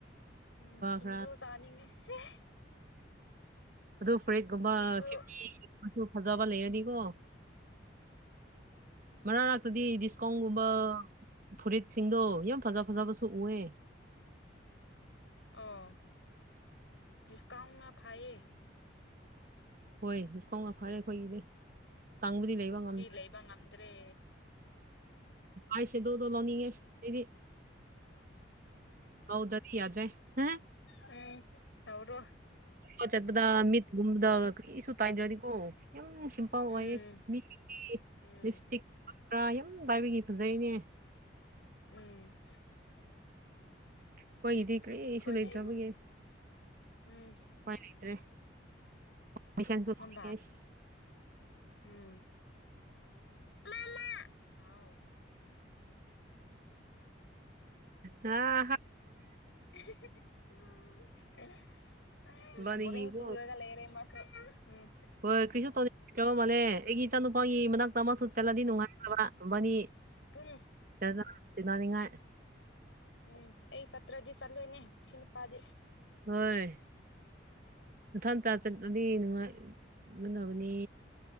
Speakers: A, on the left; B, on the right.
A: ꯎꯝ ꯁꯤꯡꯖꯨ
B: ꯈꯔ
A: ꯆꯥꯅꯤꯡꯉꯦ <unintelligible>
B: ꯑꯗꯨ ꯐꯨꯔꯤꯠꯀꯨꯝꯕ
A: ꯁꯤꯡꯖꯨ
B: ꯐꯤꯐꯇꯤ ꯃꯆꯨ ꯐꯖꯕ ꯂꯩꯔꯗꯤꯀꯣ ꯃꯔꯛ ꯔꯛꯇꯗꯤ ꯗꯤꯁꯄꯣ ꯒꯨꯝꯕ ꯐꯨꯔꯤꯠꯁꯤꯡꯗꯣ ꯌꯥꯝ ꯐꯖ ꯐꯖꯕꯁꯨ ꯎꯑꯦ
A: ꯑꯥꯎ ꯗꯤꯁꯀꯥꯎꯟꯅ ꯐꯩꯌꯦ
B: ꯍꯣꯏ ꯗꯤꯁꯀꯥꯎꯅ ꯐꯔꯦ ꯑꯩꯈꯣꯏꯒꯤꯗꯤ ꯇꯥꯡꯕꯗꯤ ꯂꯩꯕ ꯉꯝ
A: ꯂꯩꯕ ꯉꯝ ꯗ꯭ꯔꯦ
B: ꯑꯥꯢꯁꯦꯗꯣꯗꯣ ꯂꯧꯅꯤꯡꯉꯦ ꯑꯩꯗꯤ ꯂꯧꯗ꯭ꯔꯗꯤ ꯌꯥꯗ꯭ꯔꯦ <unintelligible>
A: ꯎꯝ ꯂꯧꯔꯣ
B: ꯄ ꯆꯠꯄꯗ ꯃꯤꯠꯒꯨꯝꯕꯗ ꯀꯔꯤꯁꯨ ꯇꯥꯏꯗ꯭ꯔꯗꯤꯀꯣ ꯌꯥꯝ ꯁꯤꯝ ꯄꯥ ꯑꯣꯏꯌꯦ
A: ꯎꯝ
B: ꯃꯤꯒꯤꯗꯤ
A: ꯎꯝ
B: ꯂꯤꯞꯁꯇꯤꯛ ꯈ꯭ꯔꯥ ꯌꯥꯝ ꯄꯥꯏꯕꯒꯤ ꯐꯖꯩꯅꯦ
A: ꯎꯝ
B: ꯑꯈꯣꯏꯒꯤꯗꯤ ꯀ꯭ꯔꯤꯁꯨ
A: ꯑꯩꯈꯣꯏꯗꯤ
B: ꯂꯩꯇ꯭ꯔꯕꯒꯤ
A: ꯎꯝ
B: ꯎꯄꯥꯏ ꯂꯩꯇ꯭ꯔꯦ <unintelligible> ꯇꯧꯅꯤꯡꯉꯦ
A: ꯃꯝꯕꯥ
B: ꯍꯩꯁ
A: ꯎꯝ ꯃꯃꯥ ꯍꯥꯎ
B: ꯑ ꯍꯥ
A: <unintelligible> ꯑꯦ
B: ꯏꯕꯥꯅꯤꯒꯤꯀꯣ
A: ꯕꯣꯔꯤꯡ ꯆꯨꯔꯒ ꯂꯩꯔꯦ ꯃꯥꯁꯨ ꯎꯝ
B: ꯍꯣꯏ ꯀꯔꯤ ꯇꯧꯗꯦ <unintelligible> ꯃꯅꯦ ꯑꯩꯒꯤ ꯏꯆꯥꯅꯨꯄꯥꯒꯤ ꯃꯅꯥꯛꯇ ꯑꯃ ꯁꯨ ꯆꯠꯂꯗꯤ ꯅꯨꯡꯉꯥꯏꯇ꯭ꯔꯕ ꯃꯕꯥꯅꯤ
A: ꯎꯝ
B: ꯇꯦꯗ ꯇꯤꯅꯅꯤꯡꯉꯥꯏ
A: ꯎꯝ ꯑꯩ ꯆꯠꯇ꯭ꯔꯗꯤ ꯆꯠꯂꯣꯏꯅꯦ ꯁꯤ ꯅꯨꯄꯥꯗꯤ
B: ꯍꯣꯏ ꯃꯊꯟꯗ ꯆꯠꯂꯗꯤ ꯅꯨꯡꯉꯥꯏꯒꯗꯕꯅꯤ